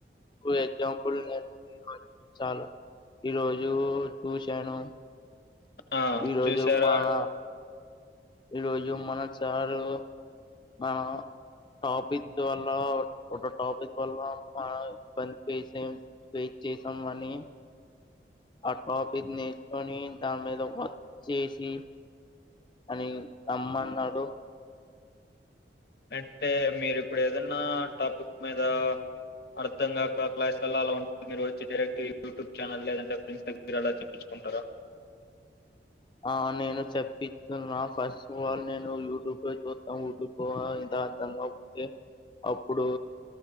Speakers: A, on the left; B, on the left.
A: ఇప్పుడు ఎగ్జాంపుల్ నేను చాలా ఈ రోజు చూశాను
B: ఆ
A: ఈ రోజు
B: చూసారా
A: మన ఈ రోజు మన సారు మన టాపిక్ వల్ల ఒక టాపిక్ వల్ల మన ఇబ్బందిసే ఫేస్ చేసాం అని ఆ టాపిక్ నేర్చుకొని దాని మీద వచ్చేసి అని రమ్మన్నారుడు
B: అంటే మీరు ఇప్పుడు ఏదనా టాపిక్ మీద అర్థం కాక క్లాస్లో అలా ఉంటుంది మీరు వచ్చి డైరెక్ట్ యూట్యూబ్ ఛానల్ లేదంటే ఫ్రెండ్స్ దగ్గర అలా చెప్పించుకుంటారా
A: ఆ నేను చెప్పస్తున్నా ఫస్ట్ఫ్ ఆల్ నేను యూట్యూబ్ లో చూస్తాను ఇద అర్థం కాకతే అప్పుడు